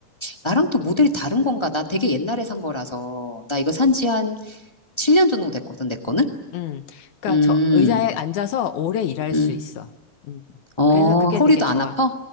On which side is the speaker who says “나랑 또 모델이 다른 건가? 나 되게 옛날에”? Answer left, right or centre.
Left